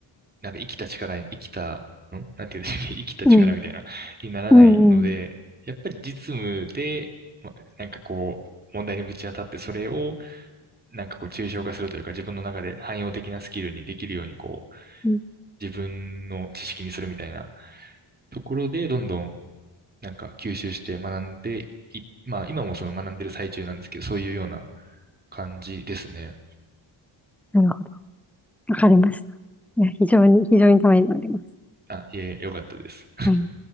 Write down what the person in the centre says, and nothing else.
うん。
うん、うん。
うん
なるほど。わかりました。いや、非常に、非常にためになります。
はい。